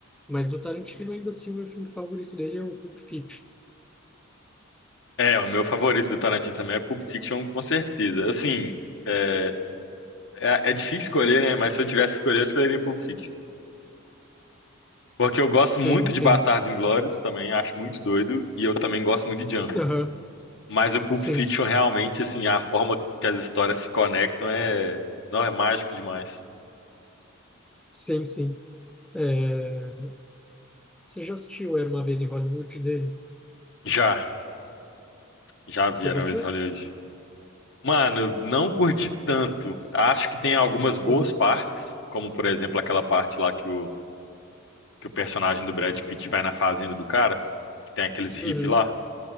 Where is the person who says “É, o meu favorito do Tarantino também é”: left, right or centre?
Left